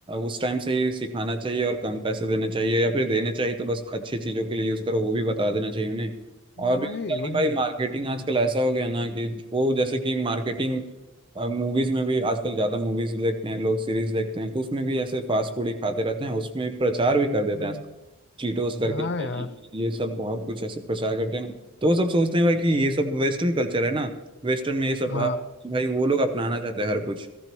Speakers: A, on the right; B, on the left.
A: उस टाइम से ही सिखाना चाहिए और कम पैसे देने चाहिए या फिर देने चाहिए तो बस अच्छी चीज़ों के लिए यूज़ करो वो भी बता देना चाहिए उन्हें और
B: वही
A: भी होता है
B: वही
A: कि भाई मार्केटिंग आजकल ऐसा हो गया ना कि वो जैसे कि मार्केटिंग मूवीज में भी आजकल ज़्यादा मूवीज देखते हैं लोग सीरीज देखते हैं तो उसमें भी ऐसे फास्ट फूड ही खाते रहते हैं उसमें प्रचार भी कर देते
B: हम्म,
A: हैं चीटोस करके
B: हाँ यार
A: ये सब बहुत कुछ ऐसे प्रचार करते हैं ना तो वो सब सोचते हैं भाई कि ये सब वेस्टर्न कल्चर है ना वेस्टर्न में ये सब
B: हाँ
A: अ, भाई वो लोग अपनाना चाहते हैं हर कुछ